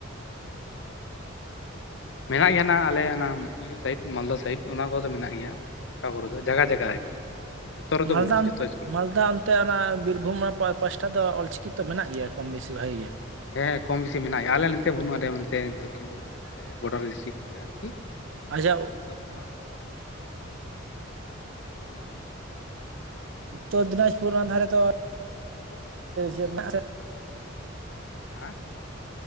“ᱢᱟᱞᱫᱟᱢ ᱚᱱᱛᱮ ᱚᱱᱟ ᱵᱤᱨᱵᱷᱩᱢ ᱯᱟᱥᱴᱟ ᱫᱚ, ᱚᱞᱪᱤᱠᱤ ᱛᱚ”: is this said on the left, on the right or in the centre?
Right